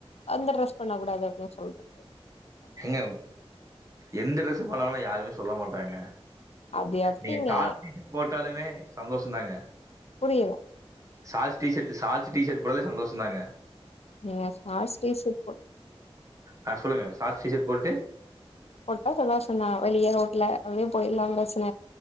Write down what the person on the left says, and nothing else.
அந்த ட்ரெஸ் பண்ணக் கூடாது அப்டீன்னு சொல்றேன்
அது எப்டிங்க
புரியல
நீங்க சாக்ஸ் டீஷர்ட் போட்
போட்டா சந்தோஷம் தான் வெளிய ரோட்ல அப்டியே போயிடலாங்குற